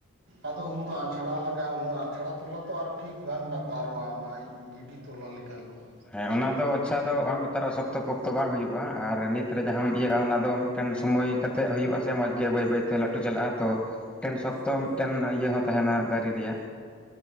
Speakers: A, on the right (about 60°); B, in the centre.
A: ᱟᱫᱚ ᱩᱱᱫᱚ ᱟᱪᱷᱟᱲᱟ ᱞᱟᱜᱟᱜᱼᱟ ᱟᱪᱷᱟᱲᱟ ᱛᱚᱞᱟ ᱛᱚ ᱟᱨ ᱴᱷᱤᱠ ᱵᱟᱝ ᱵᱟᱛᱟᱨᱚᱜᱼᱟ ᱱᱚᱣᱟ ᱜᱤᱰᱤ ᱛᱚᱞᱟ ᱚᱱᱟᱞᱟ ᱞᱮᱠᱟ ᱫᱚ <inaudible>
B: ᱦᱮᱸ ᱚᱱᱟ ᱫᱚ ᱟᱪᱪᱷᱟ ᱫᱚ ᱵᱟᱝ ᱵᱟᱛᱟᱨᱚᱜᱼᱟ ᱥᱚᱠᱛᱚ ᱯᱚᱠᱛᱚ ᱵᱟᱝ ᱦᱩᱭᱩᱜᱼᱟ ᱟᱨ ᱱᱤᱛ ᱨᱮ ᱡᱟᱦᱟᱸᱟᱢ ᱤᱭᱟᱹᱜᱟ ᱚᱱᱟ ᱫᱚ ᱢᱤᱫᱴᱮᱱ ᱥᱳᱢᱳᱭ ᱠᱟᱛᱮ ᱦᱩᱭᱩᱜᱼᱟ ᱥᱮ ᱢᱚᱡᱽ ᱜᱮ ᱵᱟᱹᱭ ᱵᱟᱹᱭᱛᱮ ᱞᱟᱹᱴᱩ ᱪᱟᱞᱟᱜᱼᱟ ᱛᱚ ᱢᱤᱫᱴᱮᱱ ᱥᱚᱠᱛᱚ ᱢᱤᱫᱴᱮᱱ ᱤᱭᱟᱹ ᱦᱚᱸ ᱛᱟᱦᱮᱱᱟ ᱫᱟᱨᱮ ᱨᱮᱭᱟᱜ